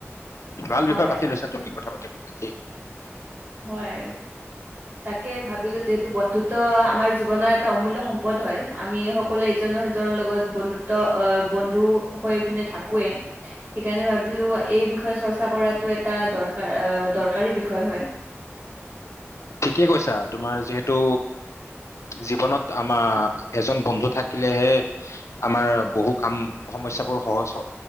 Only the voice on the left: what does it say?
ভাল
বিষয় বাছি লৈছা তুমি কথা পাতিব। কি হ'ল তে <unintelligible>
ঠিকেই কৈছা। তোমাৰ যিহেতু জীৱনত আমাৰ এজন বন্ধু থাকিলেহে আমাৰ বহু কাম সমস্যাবোৰ সহজ